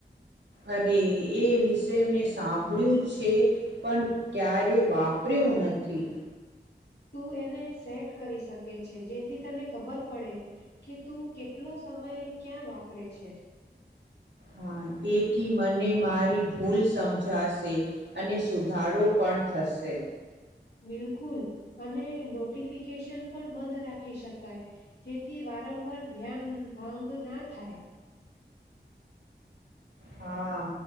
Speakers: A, on the right; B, on the left.
A: અરે એ વિશે મેં સાંભળ્યું છે પણ ક્યારે વાપર્યું નથી.
B: તું એને સેટ કરી શકે છે. જેથી તને ખબર પડે કે તું કેટલો સમય ક્યાં વાપરે છે.
A: હા એથી મને મારી ભૂલ સમજાશે અને સુધારો પણ થશે.
B: બિલકુલ અને નોટિફિકેશન પણ બંધ રાખી શકાય. જેથી વારંવાર ધ્યાન ભંગ ના થાય.
A: હા